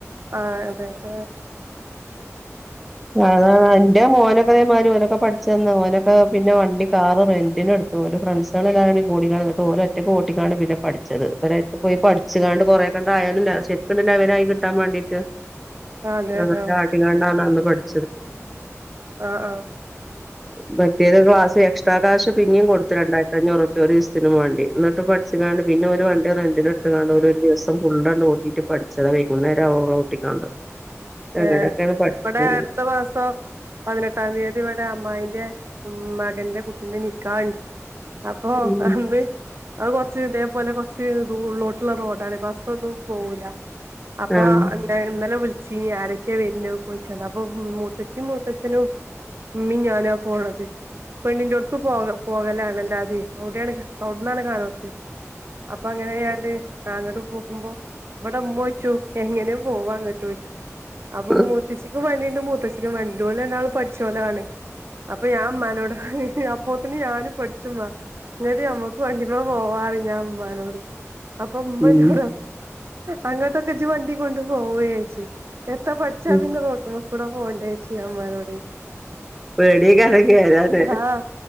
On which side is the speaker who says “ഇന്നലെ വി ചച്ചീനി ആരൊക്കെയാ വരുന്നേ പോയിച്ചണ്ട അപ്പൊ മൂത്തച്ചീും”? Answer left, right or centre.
Right